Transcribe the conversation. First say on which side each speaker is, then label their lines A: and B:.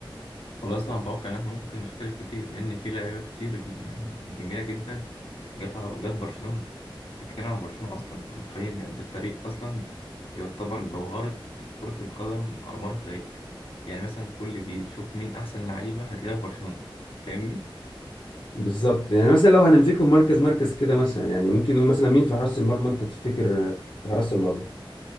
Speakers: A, on the left; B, on the left.
A: والله اصلا اتوقع ان احنا ممكن نختلف كتير لان في لعيبه كتير يعني جميله جدا جت على- جت برشلونه بتتكلم عن برشلونه اصلا انت متخيل يعني ده فريق اصلا يعتبر جوهره كره القدم على مر التاريخ يعني مثلا كل جيل شوف مين احسن لعيبه هتلاقيها في برشلونه فاهمني
B: بالظبط يعني مثلا لو هنمسكهم مركز مركز كده مثلا يعني ممكن نقول مثلا مين في حراسة المرمى انت تفتكر في حراسة المرمى